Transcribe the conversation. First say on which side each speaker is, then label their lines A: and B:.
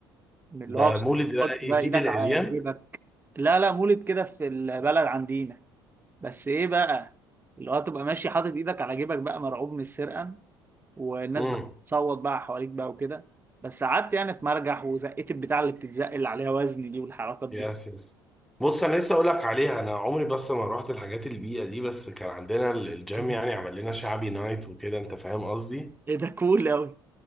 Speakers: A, on the right; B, in the centre.
A: من اللي
B: ده
A: هو
B: مولد
A: بتحط
B: بقى
A: بقى
B: ايه سيدي
A: ايدك
B: العريان
A: على جيبك لا لا مولد كده في البلد عندنا بس ايه بقى اللي هو تبقى ماشي حاطط ايدك على جيبك بقى مرعوب من السرقه والناس
B: امم
A: بقى بتصوت بقى حواليك بقى وكده بس قعدت يعني اتمرجح وزقيت البتاع اللي بتتزق اللي عليها وزن دي والحركات دي
B: يس يس بص انا لسه اقول لك عليها انا عمري بس ما رحت الحاجات البيئه دي بس كان عندنا ال- الجيم
A: <laughs>
B: يعني عمل لنا شعبي نايت وكده انت فاهم قصدي
A: ايه ده كول قوي